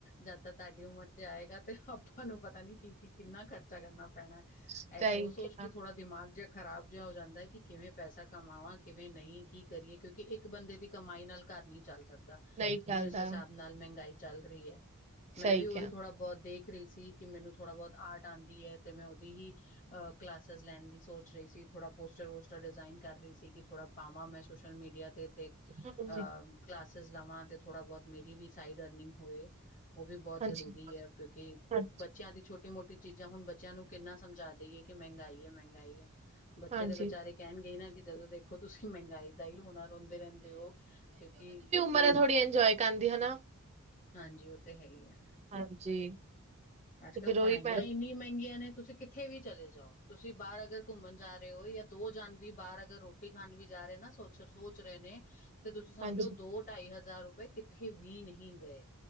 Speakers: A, on the left; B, on the right.
A: ਜਦ ਤਾਂ ਤੁਹਾਡੀ ਉਮਰ ਚ ਆਏਗਾ ਤੇ ਆਪਾਂ ਨੂੰ ਪਤਾ ਨੀ ਕੀ-ਕੀ ਕਿੰਨਾ ਖਰਚਾ ਕਰਨਾ ਪੈਣਾ।
B: ਸਹੀ
A: ਸੋਚ ਸੋਚ
B: ਕਿਹਾ
A: ਕੇ ਥੋੜਾ ਦਿਮਾਗ ਜਿਹਾ ਖਰਾਬ ਜਿਹਾ ਹੋ ਜਾਂਦਾ ਕਿ ਕਿਵੇਂ ਪੈਸਾ ਕਮਾਵਾਂ, ਕਿਵੇਂ ਨਈ, ਕੀ ਕਰੀਏ ਕਿਉਂਕਿ ਇੱਕ ਇੱਕ ਬੰਦੇ ਦੀ ਕਮਾਈ ਨਾਲ ਘਰ ਨਹੀਂ ਚੱਲ ਸਕਦਾ,
B: ਨਹੀਂ ਚੱਲਦਾ
A: ਜਿਸ ਹਿਸਾਬ ਨਾਲ ਮਹਿੰਗਾਈ ਚੱਲ ਰਹੀ ਐ। ਮੈਂ
B: ਸਹੀ
A: ਵੀ
B: ਕਿਹਾ।
A: ਉਹੀ ਥੋੜ੍ਹਾ ਬਹੁਤ ਦੇਖ ਰਹੀ ਸੀ ਕਿ ਮੈਨੂੰ ਥੋੜਾ ਬਹੁਤ ਆਰਟ ਆਂਦੀ ਐ ਤੇ ਮੈਂ ਉਹਦੀ ਹੀ ਅਹ ਕਲਾਸਿਸ ਲੈਣ ਦੀ ਸੋਚ- ਰਹੀ ਸੀ। ਥੋੜਾ ਪੋਸਟਰ ਵੋਸਟਰ ਡਿਜ਼ਾਇਨ ਕਰ ਰਹੀ ਸੀ ਕਿ ਥੋੜਾ ਪਾਵਾਂ ਮੈਂ ਸੋਸ਼ਲ ਮੀਡੀਆ ਤੇ ਤੇ ਅ
B: ਹਾਂਜੀ,
A: ਕਲਾਸਿਸ ਲਵਾਂ ਤੇ ਥੋੜਾ ਬਹੁਤ ਮੇਰੀ ਵੀ ਸਾਈਡ ਅਰਨਿੰਗ ਹੋਏ। ਉਹ ਵੀ ਬਹੁਤ
B: ਹਾਂਜੀ,
A: ਜ਼ਰੂਰੀ ਹੈ ਕਿਉਂਕਿ
B: ਹਾਂ-
A: ਬੱਚਿਆਂ ਦੀ ਛੋਟੀ ਮੋਟੀ ਚੀਜ਼ਾਂ ਹੁਣ ਬੱਚਿਆਂ ਨੂੰ ਕਿੰਨਾ ਸਮਝਾ ਦੇਈਏ। ਕਿ ਮਹਿੰਗਾਈ ਹੈ ਮਹਿੰਗਾਈ ਹੈ ਬੱਚੇ
B: ਹਾਂਜੀ
A: ਤੇ ਵਿਚਾਰੇ ਕਹਿਣਗੇ ਈ ਨਾ ਕਿ ਜਦੋਂ ਦੇਖੋ ਤੁਸੀਂ ਮਹਿੰਗਾਈ। ਦਾ ਹੀ ਹੋਣਾ ਰੋਂਦੇ ਰਹਿੰਦੇ ਉ ਕਿਉਂਕਿ।
B: ਪਰ ਇਹ ਥੋੜ੍ਹੀ ਇੰਜੋਏ ਕਰਦੀ ਹਨਾ।
A: ਹਾਂਜੀ ਉਹ ਤੇ ਹੈ ਹੀ ਹੈ।
B: ਹਾਂਜੀ
A: ਅੱਜ
B: ਤੇ
A: ਕੱਲ
B: ਫਿਰ
A: ਪੜ੍ਹਾਈਆਂ
B: ਉਹੀ ਮੈਂ
A: ਇੰਨੀਆਂ ਮਹਿੰਗੀਆਂ ਨੇ ਤੁਸੀਂ ਕਿੱਥ। ਇੱਥੇ ਵੀ ਚਲੇ ਜਾਓ ਤੁਸੀਂ ਬਾਹਰ ਅਗਰ ਘੁੰਮਣ ਜਾ ਰਹੇ ਹੋ ਜਾਂ ਦੋ ਜਾਣ ਵੀ ਬਾਹਰ ਅਗਰ ਰੋਟੀ ਖਾਣ ਵੀ ਜਾ ਰਹੇ ਨਾ ਸੋਚ। ਸੋਚ ਰਹੇ ਨੇ ਤੇ ਤੁਸੀਂ ਸਮਝੋ
B: ਹਾਂਜੀ।
A: ਦੋ ਢਾਈ ਹਜ਼ਾਰ ਰੁਪਏ ਕਿੱਥੇ ਵੀ ਨਹੀਂ ਗਏ।